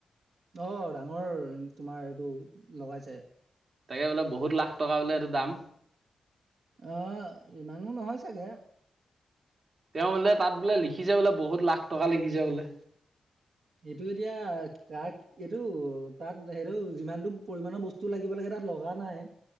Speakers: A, on the right; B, on the right.
A: অঁ ডাঙৰ তোমাৰ এইটো লগাইছে
B: তাকে বোলে বহুত লাখ টকা বোলে এইটো দাম
A: অঁ ইমানো নহয় চাগে
B: তেওঁ বোলে তাত বোলে লিখিছে বোলে বহুত লাখ টকা লিখি যায় বোলে
A: এইটো এতিয়া কাক এইটো তাত সেইটো যিমানটো পৰিমমানণৰ বস্তু লাগিব লাগে তাত লগা নাই।